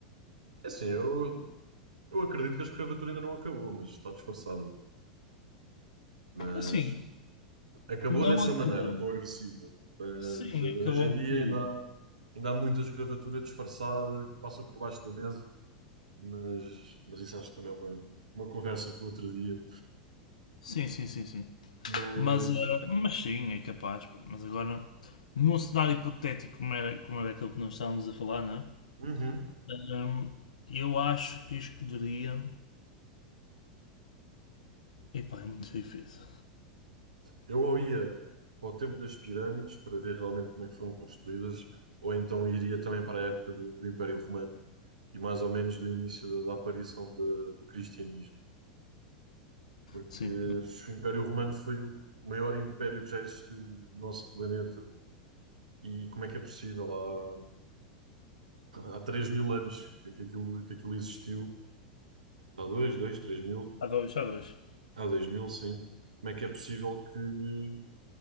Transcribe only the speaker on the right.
É Assim, eu, eu acredito que a escravatura ainda não acabou, mas está disfarçada. Mas
acabou
dessa
maneira, tão agressiva, mas
hoje
em
dia
ainda há, ainda há muita escravatura disfarçada que passa por baixo da mesa, mas, mas isso acho que também é uma, uma conversa para outro dia.
Mas
uhum,
eu ou ia para o tempo das pirâmides para ver realmente como é que foram construídas, ou então iria também para a época do, do Império Romano e mais ou menos do início da, da aparição da- do cristianismo. Porque
se o Império Romano foi o maior império que já existiu no nosso planeta, E como é que é possível? Há, há 3 mil anos que, que aquilo, que aquilo existiu. Há dois dois 3 mil.
Há dois mil, sim. Como é que é possível que,